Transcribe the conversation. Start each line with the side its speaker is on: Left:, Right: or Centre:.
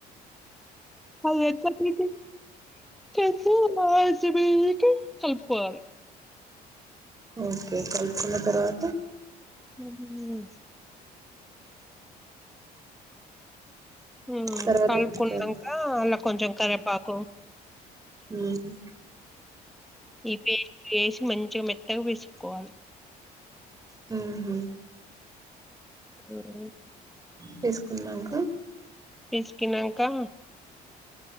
Centre: అది ఎ <unintelligible> చెప్పాలే
Right: ఓకే కలుపుకున్న తర్వాత
Centre: హ్మ్ హు మ్మ్
Right: తర్వాత
Centre: కలుపుకున్నాక
Right: ఏం చేయాలి
Centre: అలా కొంచెం కరే పాకు
Right: మ్మ్
Centre: <unintelligible> చం మెత్తగా పిసుకోవాలి
Right: హ్మ్ హు
Centre: మ్మ్
Right: తీసుకునంకా
Centre: తీసుకునాంక